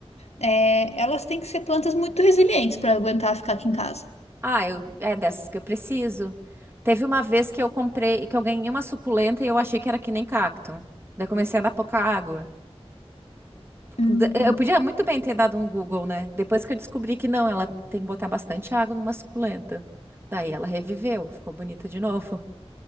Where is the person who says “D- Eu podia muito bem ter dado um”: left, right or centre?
Right